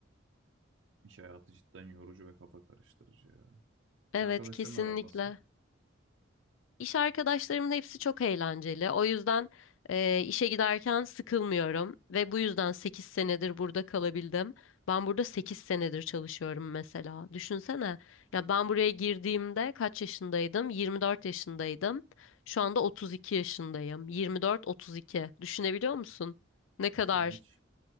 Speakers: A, on the right (about 65°); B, on the left (about 75°).
A: İş hayatı cidden yorucu ve kafa karıştırıcı ya.
B: Evet
A: İş arkadaşlarınla
B: kesinlikle.
A: aran nasıl?
B: İş arkadaşlarımın hepsi çok eğlenceli. O yüzden eee, işe giderken sıkılmıyorum ve bu yüzden 8 senedir burada kalabildim. Ben burada 8 senedir çalışıyorum mesela. Düşünsene. Ya ben buraya girdiğimde kaç yaşındaydım? 24 yaşındaydım. Şu anda 32 yaşındayım. Yirmi dört otuz iki. Düşünebiliyor musun? Ne kadar?
A: E, Sana hiç